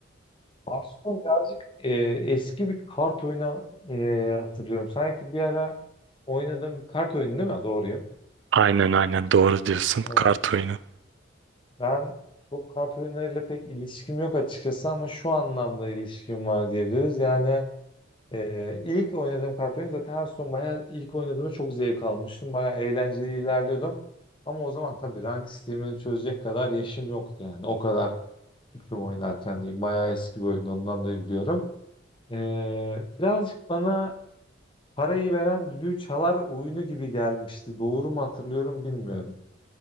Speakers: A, on the left; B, on the right.
A: Hearthstone birazcık e, eski bir kart oyunu e, hatırlıyorum. Sanki bir ara oynadığım bir kart oyunu değil mi? Doğruyum.
B: Aynen aynen doğru diyorsun.
A: E,
B: Kart oyunu.
A: ben çok kart oyunlarıyla pek ilişkim yok açıkçası ama şu anlamda ilişkim var diyebiliriz. Yani e, ilk oynadığım kart oyunu zaten Hearthstone bayağı ilk oynadığımda çok zevk almıştım. Bayağı eğlenceli ilerliyordum. Ama o zaman tabii rank sistemini çözecek kadar yaşım yoktu yani. O kadar tüm oynarken diyeyim. Bayağı eski bir oyun ondan da biliyorum. Ee, birazcık bana parayı veren düdüğü çalar oyunu gibi gelmişti. Doğru mu hatırlıyorum bilmiyorum.